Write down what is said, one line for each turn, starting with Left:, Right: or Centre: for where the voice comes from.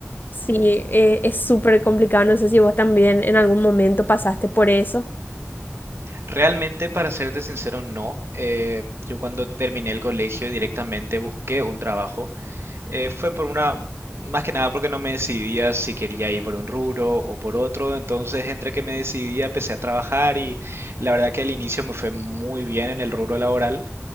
Left: Sí, eh, es súper complicado. No sé si vos también en algún momento pasaste por eso.
Right: Realmente, para serte sincero, no. Eh, yo cuando terminé el colegio directamente busqué un trabajo. Eh, fue por una, más que nada porque no me decidía si quería ir por un rubro o por otro. Entonces, entre que me decidía, empecé a trabajar y la verdad que al inicio me fue muy bien en el rubro laboral.